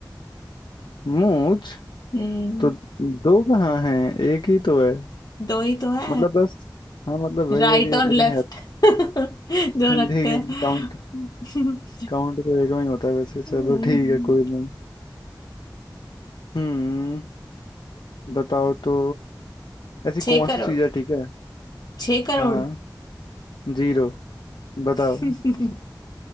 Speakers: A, on the left (about 80°); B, on the left (about 55°).
A: मूंछ
B: हम्म,
A: तो दो कहाँ हैं एक ही तो है
B: दो ही तो है
A: मतलब बस हाँ मतलब वही
B: राइट
A: है कि
B: और
A: लेकिन
B: लेफ्ट
A: है
B: <laughs> जो
A: ठीक
B: रखते
A: है
B: हैं
A: काउंट
B: <laughs>
A: काउंट तो एक में ही होता है वैसे चलो
B: हम्म,
A: ठीक है कोई नहीं हम्म बताओ तो ऐसी
B: छह
A: कौन
B: करोड़
A: सी चीज है ठीक है
B: छह करोड़
A: हाँ जीरो बताओ
B: <laughs>
A: <laughs>